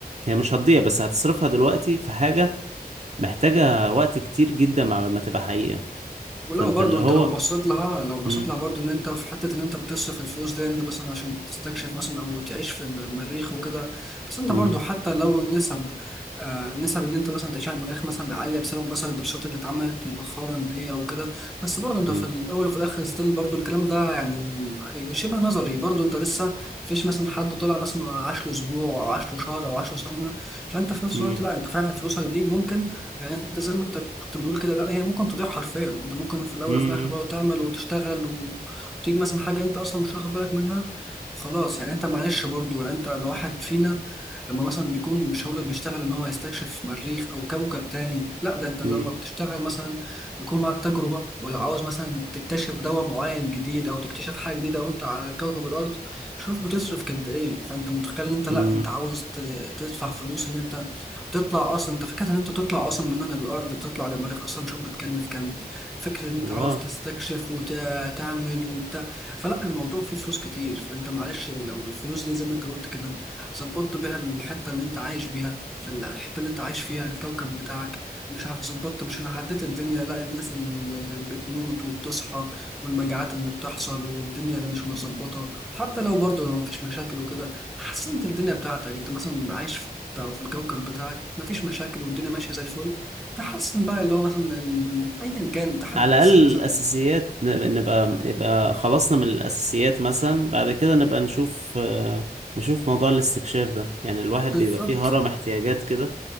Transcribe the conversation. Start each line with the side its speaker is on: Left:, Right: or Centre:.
Right: هي مش هتضيع بس هتصرفها دلوقتي في حاجة محتاجة وقت كتير جدا مع ما تبقى حقيقة
Centre: ولو
Right: فانت
Centre: برضو
Right: اللي
Centre: انت
Right: هو
Centre: لو بصيت لها لو بصيت
Right: مم،
Centre: لها برضو ان انت في حته ان انت بتصرف الفلوس دي ان انت مثلا عشان تستكشف مثلا او تعيش في المريخ وكده بس انت
Right: مم،
Centre: برضو حتى لو النسب آه نسب ان انت مثلا تعيش على المريخ مثلا عاليه بسبب مثلا الدراسات اللي اتعملت مؤخرا دي او كده بس برضو انت
Right: مم،
Centre: في الاول وفي الاخر ستيل برضو الكلام ده يعني شبه نظري برضو انت لسه مفيش مثلا حد طلع مثلا وعاش له اسبوع او عاش له شهر او عاش له سنه فانت في نفس
Right: مم،
Centre: الوقت لا انت فعلا فلوسك دي ممكن يعني انت زي ما انت كنت بتقول كده لا هي ممكن تضيع حرفيا انت ممكن في الاول
Right: مم،
Centre: وفي الاخر بقى تعمل وتشتغل و- وتيجي مثلا حاجه انت اصلا مش واخد بالك منها خلاص يعني انت معلش برضو يعني انت الواحد فينا لما مثلا بيكون مش هو اللي بيشتغل ان هو يستكشف مريخ او كوكب تاني لا ده انت
Right: مم،
Centre: لما بتشتغل مثلا بيكون معاك تجربه ولا عاوز مثلا تكتشف دواء معين جديد او تكتشف حاجه جديده وانت على كوكب الارض شوف بتصرف قد ايه فانت متخيل ان انت
Right: مم،
Centre: لا انت عاوز ت- تدفع فلوس ان انت تطلع اصلا انت فكره ان انت تطلع اصلا من هنا للارض تطلع للمريخ اصلا شوف بتكلف كام فكره ان انت
Right: اه
Centre: عاوز تستكشف وتعمل وبتاع فلا الموضوع فيه فلوس كتير فانت معلش لو الفلوس دي زي ما انت قلت كده ظبطت بيها الحته اللي انت عايش بيها في الحته اللي انت عايش فيها الكوكب بتاعك مش عارف ظبطت مش انا عديت الدنيا لا الناس اللي بتموت وبتصحى والمجاعات اللي بتحصل والدنيا اللي مش مظبطه حتى لو برضه لو مفيش مشاكل وكده حاسس انت الدنيا بتاعتك انت مثلا عايش في حته او في الكوكب بتاعك مفيش مشاكل والدنيا ماشيه زي الفل تحسن بقى اللي هو مثلا ال- ايا كان انت حاسس
Right: على الأقل
Centre: مثلا
Right: الأساسيات نبقى نبقى يبقى خلصنا من الأساسيات مثلا بعد كده نبقى نشوف آه، نشوف موضوع الاستكشاف ده يعني الواحد
Centre: بالظبط
Right: بيبقى فيه هرم احتياجات كده